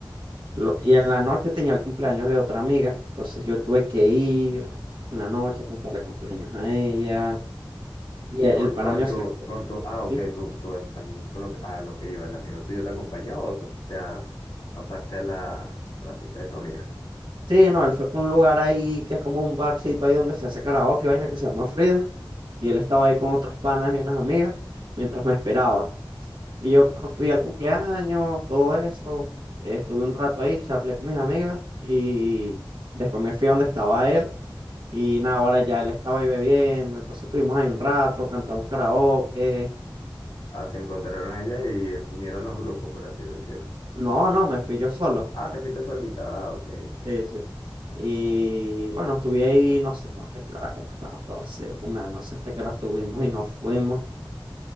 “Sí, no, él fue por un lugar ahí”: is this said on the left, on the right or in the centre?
Right